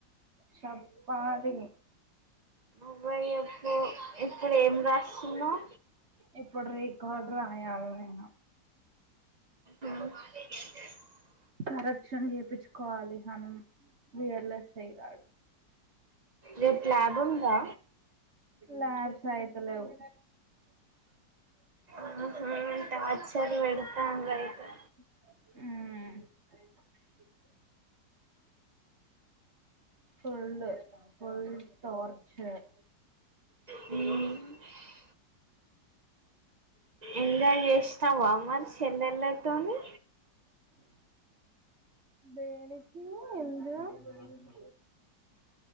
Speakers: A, on the right; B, on the right.
A: షప్పాలి.
B: అబ్బా చెప్పు ఇప్పుడు ఏం రాస్తున్నవు.
A: ఇప్పుడు రికార్డు రాయాలి నేను.
B: ఆ
A: కరెక్షన్ చేపించుకోవాలి మనం విఎల్ఎస్ఐ గాడు
B: రేపు ల్యాబ్ ఉందా
A: ల్యాబ్స్ అయితలేవు
B: ఆహా టార్చర్. పెడతాంరు అయితే
A: హ్ ఫుల్ ఫుల్ టోర్చర్
B: హ్మ్ ఎంజాయ్ చేస్ స్తావా మన్ష్ చెల్లెలతోని
A: దేనికి నువ్ ఇండ్ల ఏ రాను